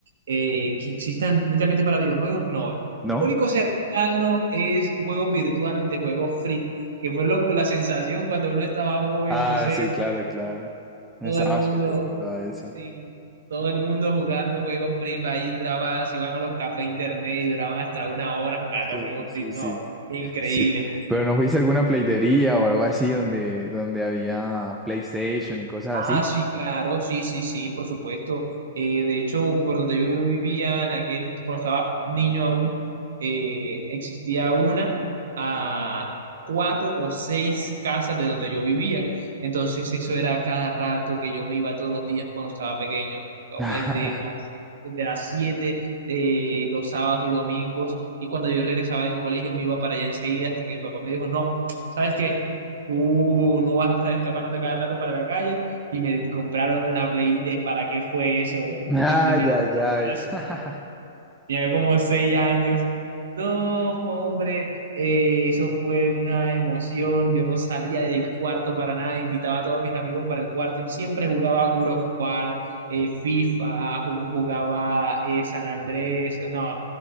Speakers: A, on the right; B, in the centre.
A: eh, que exista netamente para videojuegos, no. Lo
B: ¿No?
A: único cercano es juegos virtuales de juegos free, que fue loco la sensación cuando uno estaba joven,
B: Ah,
A: no sé,
B: sí, claro, claro. No
A: todo
B: estabas
A: el mundo
B: peladito jugaba eso.
A: Sí, todo el mundo jugando juegos free, ahí duraba, si iban a los cafés internet y duraban hasta una hora jugando
B: Sí,
A: juegos
B: sí,
A: free,
B: sí.
A: no, increíble.
B: Sí. Pero no fuiste a alguna playdería o algo así donde, donde había PlayStation y cosas
A: Ah,
B: así.
A: sí, claro, sí, sí, sí, por supuesto. Eh, de hecho, por donde yo vivía, en aquel, cuando estaba niño aún, eh, existía una a cuatro o seis casas de donde yo vivía. Entonces eso era cada rato que yo me iba todos los días cuando estaba pequeño, como
B: <laughs>
A: desde las, desde las siete, de los sábados y domingos. Y cuando yo regresaba del colegio me iba para allá enseguida hasta que mi papá me dijo, no, ¿sabes qué? Tú no vas a estar escapándote cada rato para la calle y me compraron una Play de ¿para qué fue eso?
B: Ah,
A: Mi primera
B: ya,
A: Play
B: ya.
A: 2
B: <laughs>
A: tenía como seis años. No, hombre, eh, eso fue una emoción. Yo no salía del cuarto para nada, invitaba a todos mis amigos para el cuarto y siempre jugaba a God of War, eh, FIFA, ju- jugaba eh, San Andrés. No,